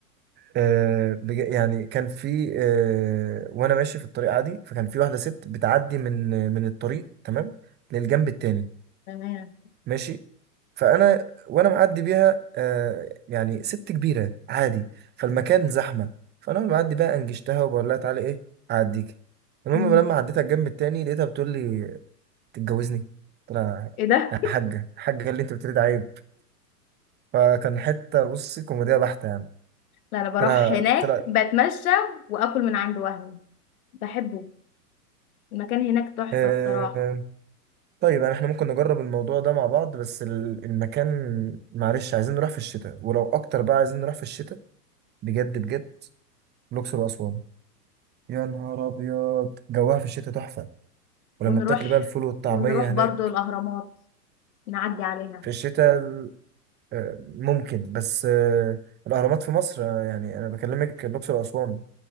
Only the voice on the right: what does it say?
آه، بج- يعني كان في آه، وانا ماشي في الطريق عادي فكان في واحده ست بتعدي من من الطريق تمام للجنب التاني
ماشي فانا وانا معدي بيها آه، يعني ست كبيره عادي فالمكان زحمه فانا وانا معدي بقى انجشتها وبقول لها تعالي ايه اعديك المهم
لما عديتها الجنب التاني لقيتها بتقول لي تتجوزني قلت لها
يا حاجه حاجه اللي انت بتريد عيب فكان حته بصي كوميديا بحته يعني
قلت لها
قلت لها
آه،
طيب يعني احنا ممكن نجرب الموضوع ده مع بعض بس ال- المكان معلش عايزين نروح في الشتاء ولو اكتر بقى عايزين نروح في الشتاء بجد بجد الاقصر واسوان يا نهار ابيض جواها في الشتاء تحفه ولما
بتاكل بقى الفول والطعميه
هناك
في الشتاء ال- آه، ممكن بس آه، الاهرامات في مصر آه، يعني انا بكلمك الاقصر واسوان